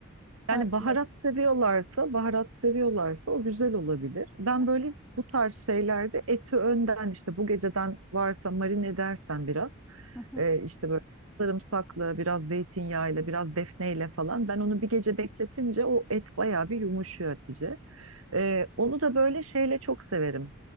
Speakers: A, in the centre; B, on the right.
A: Farklı.
B: Yani baharat seviyorlarsa, baharat seviyorlarsa o güzel olabilir. Ben
A: Hı
B: böyle bu tarz şeylerde eti önden işte bu geceden varsa marine edersen biraz
A: hı.
B: e, işte böyle sarımsakla, biraz zeytinyağıyla, biraz defneyle falan ben onu bir gece bekletince o et bayağı bir yumuşuyor Hatice. Ee, onu da böyle şeyle çok severim.